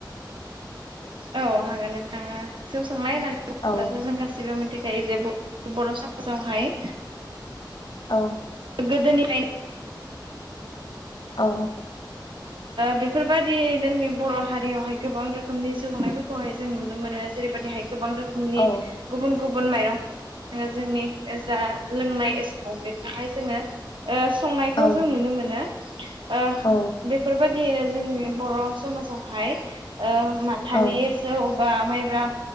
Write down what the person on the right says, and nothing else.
औ हागोन नोंथाङा आ जौ संनाय होननानै बुङोब्लाथ'
जों गासिबो मिथिखायोे बर' समाजावहाय
गोदोनिफ्रायायनो
बेफोरबायदि जोंनि बर' हारियावहाय गोबां रोखोमनि जौनायफोरखौहाय जों नुनो मोनो जेरैबायदिहाय गोबां रोखोमनि
गुबुन गुबुन माइरं जोंनि जा लोंनाय समाव बेखौहाय जोङो ओ संनायखौ
जों नुनो मोनो ओ
बेफोरबायादियैनो जोंनि बर' समाजावहाय ओ माथानि
जौ बा माइब्रा